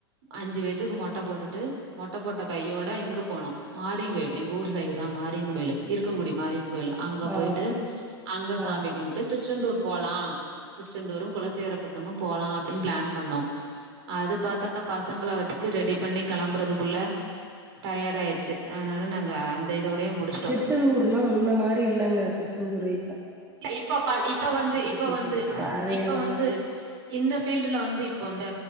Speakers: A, on the right; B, on the right.
A: அஞ்சு பேத்துக்கு மொட்ட போட்டுட்டு மொட்ட போட்ட கையோட இங்க போனோ மாடிங்கு எங்க ஊர் சைடு தா மாரியம்மன் கோயில் இயக்கங்குடி மாரியம்மன் கோயில் அங்க போயிட்டு
B: ஆ
A: அங்க சாமி
B: ஆ
A: கும்ட்டு திருச்செந்தூர் போலா திருச்செந்தூரு குலசேகரப்பட்டினமு போலா அப்படினு பிளான் பண்னோ அது பாத்தா பசங்கள வச்சுட்டு ரெடி பண்ணி கிளம்புறதுக்குள்ள டயர்ட் ஆயடுச்சு அதனால நா அந்த இதோடயே முடிச்சுட்டோ
B: திருச்செந்தூர் எல்லா முன்ன மாரியில்லங்க திருச்செந்தூரே
A: இப்ப பா இப்ப வந்து இப்ப
B: போயிட்டு
A: வந்து
B: வந்தே சரியான
A: இப்ப வந்து இந்த ஃபீல்டுல வந்து இப்ப வந்த